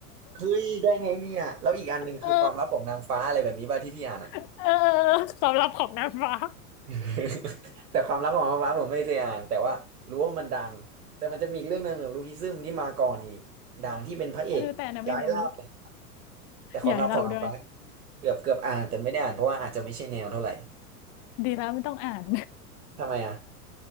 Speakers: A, on the right; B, on the left.
A: เฮ้ยได้ไงเนี่ยแล้วอีกอันหนึ่งคือความลับของนางฟ้าอะไรแบบนี้ป่ะที่พี่อ่านอ่ะ
B: <laughs> เออเออเออสำหรับของนางฟ้า
A: <laughs> แต่ความลับของนางฟ้าผมไม่เคยอ่านแต่ว่ารู้ว่ามันดังแต่มันจะมีอีกเรื่องหนึ่งของลูคิซึมที่มาก่อนอีกดังที่เป็นพระเอกย้ายล่าไ
B: เออแต่นะไม่รู้
A: แต่ความลับของนางฟ้า
B: ใหญ่เราด้วย
A: เกือบเกือบอ่านแต่ไม่ได้อ่านเพราะว่าอาจจะไม่ใช่แนวเท่าไหร่
B: ดีแล้วไม่ต้องอ่าน
A: ทำไมอ่ะ